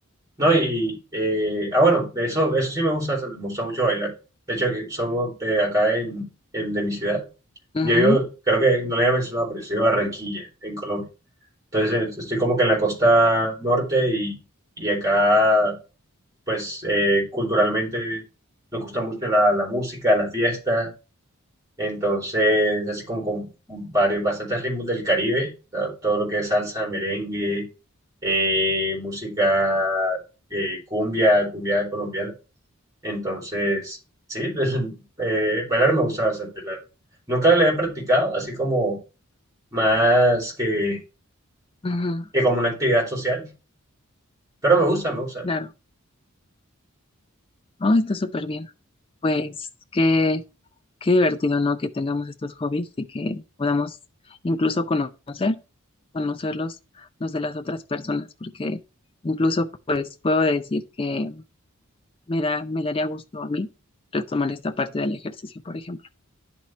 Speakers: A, on the right (about 15°); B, on the left (about 25°).
A: No, y, eh, ah, bueno, de eso, eso sí me gusta, me gusta mucho bailar. De hecho, que somos de acá en, en- de mi ciudad.
B: Ujú,
A: Yo vivo- creo que no le había mencionado, pero yo soy de Barranquilla, en Colombia. Entonces eh, estoy como que en la costa norte y, y acá, pues eh, culturalmente nos gusta mucho la, la música, la fiesta, entonces así como con varios, bastantes ritmos del Caribe, o sea, todo lo que es salsa, merengue, eh, música eh, cumbia, cumbia colombiana. Entonces, sí, <laughs> eh, bailar me gusta bastante. la- Nunca lo he practicado, así como más que,
B: ujú,
A: que como una actividad social Pero me gusta, me gusta.
B: claro. Oh, está súper bien. Pues qué, qué divertido, ¿no? Que tengamos estos hobbies y que podamos incluso conocer, conocerlos los de las otras personas, porque incluso, pues, puedo decir que Me da, me daría gusto a mí retomar esta parte del ejercicio, por ejemplo.